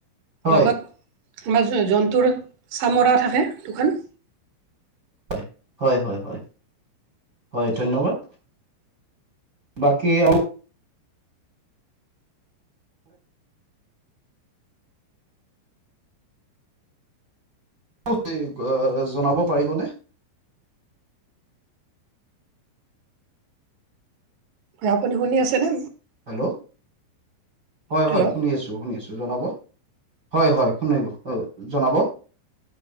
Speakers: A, on the right (about 25°); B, on the right (about 65°).
A: হয়,
B: লগত আমাৰ জন্তুৰ চামৰা থাকে দোখান
A: হয়ঁ হয়ঁ হয়ঁ হয়ঁ হয়ঁ ধন্যবাদ। বাকী আমি যলদি জনাব পাৰিবনে
B: হয়ঁ আপুনি শুনি আছেনে?
A: হেল্লৌ' হয়ঁ
B: হেল্ল'
A: হয়ঁ শুনি আছোঁ! শুনি আছো জনাব হয়ঁ হয়ঁ শুনিলো অঁ জনাব।